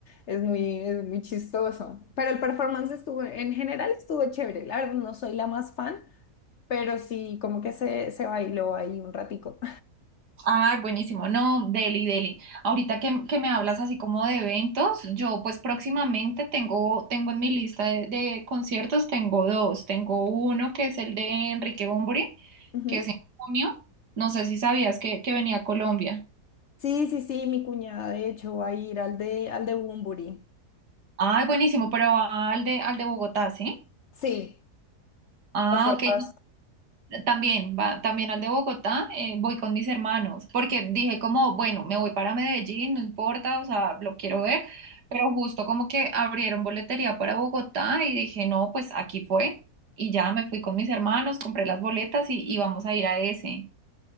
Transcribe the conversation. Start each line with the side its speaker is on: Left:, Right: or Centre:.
Left: Es muy, es muy chistoso. Pero el performance estuvo, en general estuvo chévere. La verdad no soy la más fan, pero sí como que se, se bailó ahí un ratico.
Right: Ah, buenísimo. No, Deli, Deli. Ahorita que, que me hablas así como de eventos, yo pues próximamente tengo, tengo en mi lista de, de conciertos, tengo dos. Tengo uno que es el de Enrique Bunbury,
Left: Ujú.
Right: que es en junio. No sé si sabías que, que venía a Colombia.
Left: Sí, sí, sí, mi cuñada de hecho va a ir al de, al de Bunbury.
Right: Ah, buenísimo, pero va al de, al de Bogotá, ¿sí?
Left: Sí,
Right: Ah,
Left: ¿te acuerdas?
Right: ok. También, va, también al de Bogotá, eh, voy con mis hermanos, porque dije como, bueno, me voy para Medellín, no importa, o sea, lo quiero ver, pero justo como que abrieron boletería para Bogotá y dije, no, pues aquí fue, y ya me fui con mis hermanos, compré las boletas y, y vamos a ir a ese.